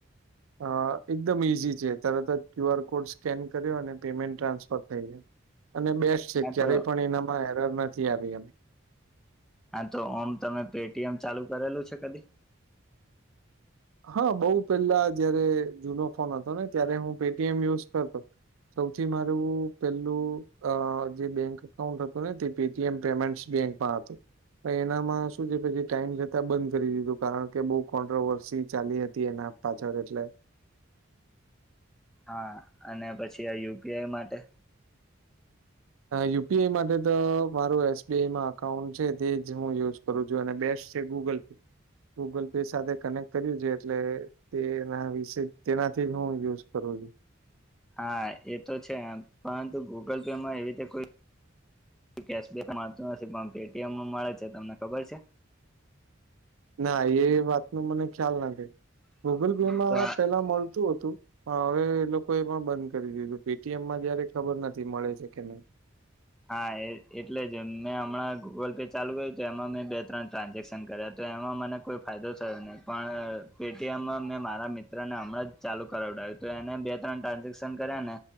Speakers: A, on the right (about 80°); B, in the centre.
A: અ એકદમ ઈઝી છે તરત જ ક્યુ આર કોડ સ્કેન કર્યો અને પેમેન્ટ ટ્રાન્સફર થઈ જાય અને બેસ્ટ છે
B: હા
A: ક્યારેય
B: તો
A: પણ એનામાં એરર નથી આવી એમ
B: હા તો ઓમ તમે પેટીએમ ચાલુ કરેલું છે કદી?
A: હા બઉ પેલા જયારે જૂનો ફોન હતો ને ત્યારે હું પેટીએમ યુઝ કરતો સૌથી મારું પેલું જે બેંક અકાઉન્ટ હતું ને તે પે પેમેન્ટ બેંકમાં હતું પ એનામાં શું છે પ જે ટાઈમ થતા બંધ કરી દીધું કારણ કે બઉ કોન્ટ્રોવર્સી ચાલી હતી એના પાછળ એટલે
B: હા અને પછી આ યુપીઆઈ માટે?
A: યુપીઆઈ માટે તો મારું એસબીઆઈમાં અકાઉન્ટ છે તે જ હું યુઝ કરું છું અને બેસ્ટ છે ગૂગલ પે ગૂગલ પે સાથે કનેક્ટ કર્યું છે એટલે તેના વિશે તેનાથી જ હું યુઝ કરું છું
B: હા એ તો છે પરંતુ ગૂગલ પે માં એવી રીતે કોઈ કેશબક મળતું નથી પણ પેટીએમ મળે છે તમને ખબર છે?
A: ના એ વાત ન મને ખ્યાલ નાખ ગૂગલ પે માં
B: તો
A: પેલા મળતું હતું હા હવે એ લોકો એ પણ બંધ કરી દીધું પેટીએમમાં જયારે ખબર નથી મળે છે કે નહી
B: હા એ એટલે જ મેં હમણાં ગૂગલ પે ચાલુ ગયું તો એમાં મેં બે ત્રણ ટ્રાન્ઝેક્શન કર્યા તો એમાં મને કોઈ ફાયદો થયો નહીં પણ પેટીએમ મેં મારા મિત્રને હમણાં જ ચાલુ કરાવડાવ્યું તો એને બે ત્રણ ટ્રાન્ઝેક્શન કર્યા ને